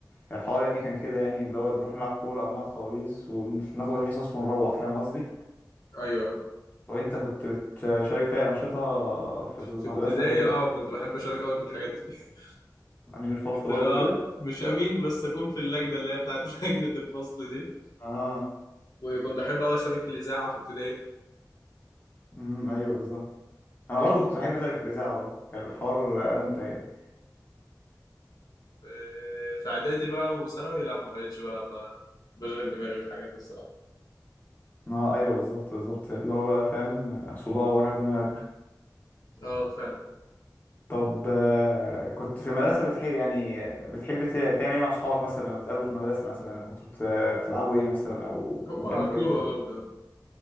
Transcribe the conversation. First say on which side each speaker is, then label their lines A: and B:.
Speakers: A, on the left (about 25°); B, on the left (about 60°).
A: الحوار يعني كان كده يعني اللي هو بنروح نلعب كوره او نلعب خلاويص وناخد الحصص ونروح فاهم قصدي
B: <laughs> ايوه
A: وانت كنت بتشارك في اي انشطه في المدرسه
B: في ابتدائي
A: كده
B: اه كنت بحب اشارك قوي في الحاجات دي <laughs>
A: امين الفصل
B: كنت اه
A: برضه كده
B: مش امين بس اكون في اللجنه اللي هي بتاعت <laughs> لجنه الفصل دي
A: اه
B: وكنت احب قوي اشارك في الاذاعه في ابتدائي
A: امم ايوه بالظبط انا برضه كنت بحب اشارك في الاذاعه برضه كان الحوار ممتع يعني
B: آه، في اعدادي بقى وثانوي لا ما بقتش بقى, بقى بشغل دماغي بالحاجات دي الصراحه
A: ما ايوه بالظبط بالظبط اللي هو بقى فاهم صداع وجع دماغ
B: اه فعلا
A: طب آه، كنت في المدرسه بتحب يعني بتحب ت- تعمل ايه مع اصحابك مثلا لما تتقابلوا في المدرسه مثلا كنتوا بت- بتلعبوا ايه مثلا او
B: هو
A: بتعملوا
B: كورة
A: ايه في ال-
B: برضه